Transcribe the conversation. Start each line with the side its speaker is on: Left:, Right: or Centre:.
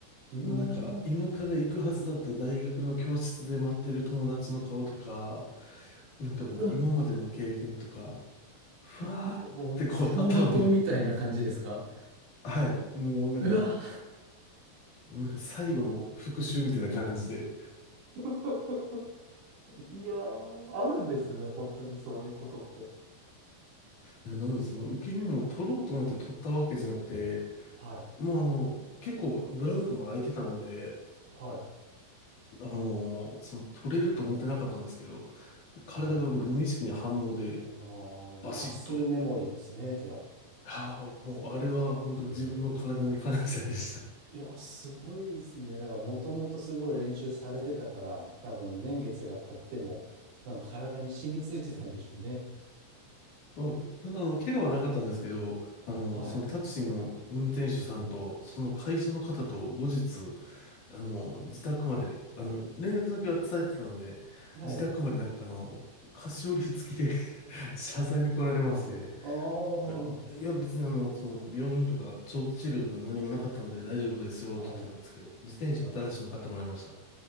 Right: うわー、
Left: もうなんか、今から行くはずだった大学の教室で待ってる友達の顔とか、なんかもう今までの経験とか、
Right: うわ、
Left: ふわーってこう頭に、
Right: なんかもう、走馬灯みたいな感じですか
Left: はい、もうなんか、
Right: うわ
Left: なんか最後の復習みたいな感じで、
Right: <laughs> いやー、あるんですね、本当にそういうことって。
Left: なのでその受け身も取ろうと思って取ったわけじゃなくて、
Right: はい、
Left: もうあの、結構ブランクも空いてたので、
Right: はい、
Left: あの、その取れると思ってなかったんですけど、体が無意識に反応で
Right: はい。ああ、
Left: バシッと、
Right: マッスルメモリーですね、じゃあ、
Left: や、もうあれは本当に自分の体に感謝でした。
Right: 俗に言う。いや、すごいですね。なんか、もともとすごい練習されてたから、多分年月が経っても、なんか体に染みついてたんでしょうね。
Left: まあ、ただあの、怪我はなかったんですけど、あの、
Right: はい。
Left: そのタクシーの運転手さんと、その会社の方と後日、あの、自宅まで、あの、連絡先は伝えてたので、
Right: はい。
Left: 自宅までなんかあの、菓子折り付きで <laughs> 謝罪に来られまして、
Right: はい。ああ、は
Left: あいや、別にあの、その、病院とか長期治療とか何もなかったんで大丈夫ですよって言ってたんですけど、
Right: い。
Left: 自転車新しいの買ってもらいました。